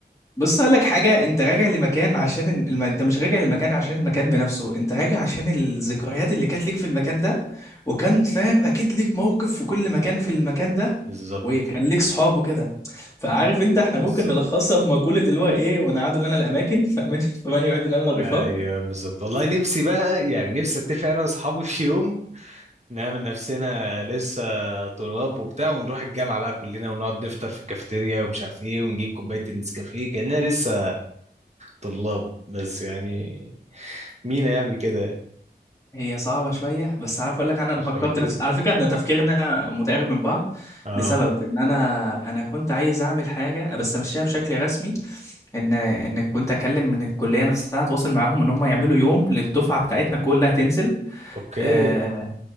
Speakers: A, on the left; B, on the right.
A: بص اقول لك حاجه انت راجع لمكان عشان الم... انت مش راجع للمكان عشان المكان بنفسه انت راجع عشان الذكريات اللي كانت ليك في المكان ده وكان فاهم اكيد ليك موقف في كل مكان في المكان ده
B: بالظبط
A: وكان ليك صحاب وكده فعارف انت احنا ممكن
B: بالظبط
A: نلخصها في مقوله اللي هو ايه ونقعدوا لنا الاماكن فمن <laughs> فمن يعد لنا الرفاق
B: ايوه بالظبط والله نفسي بقى يعني نفسي اتفق انا واصحابي في يوم نعمل نفسنا لسه طلاب وبتاع ونروح الجامعة بقى كلنا ونقعد نفطر في الكافيتيريا ومش عارف ايه ونجيب كوباية النسكافيه كأننا لسه طلاب بس يعني مين هيعمل كده يعني،
A: هي صعبة شوية بس عارف أقول لك أنا أنا
B: شويتين
A: فكرت نفس على فكرة إحنا تفكيرنا متقارب من بعض
B: اه
A: لسبب إن أنا أنا كنت عايز أعمل حاجة بس أمشيها بشكل رسمي إن إن كنت أكلم من الكلية نفسها أتواصل معاهم إن هم يعملوا يوم للدفعة بتاعتنا كلها تنزل
B: اوكي
A: آه